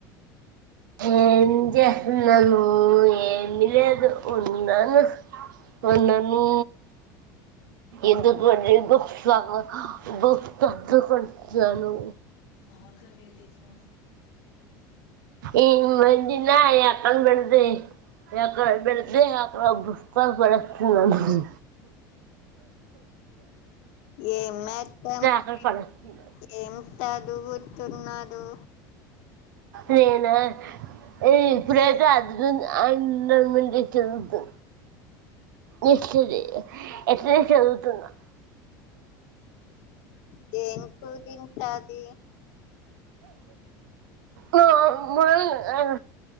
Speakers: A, on the right; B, on the left.
A: ఏం చేస్తున్నాను. ఏమి లేదు ఉన్నాను. ఉన్నాను. ఎందుకు అంటే ఇప్పుడు సగం బుక్ చదువు కుంటున్నాను.
B: బాగ లేదులే స్వామి.
A: ఈ వదిన ఎక్కడ పెడితే ఎక్కడ పెడితే అక్కడ బుక్స్ పడ్ పడేస్తుంది.
B: ఏం మేద్దాం లే.
A: అక్కడ పడేస్తున్నా
B: ఏం చదువు తున్నారు.
A: నేనా ఏయ్ ఇప్పుడేతే అర్జున్ ది అన్నముంది తినుపో నెస్ట్ది ఎక్కడ చదువుతున్నావ్.
B: దేంతో తింటాది.
A: నువ్ మల్ ఐన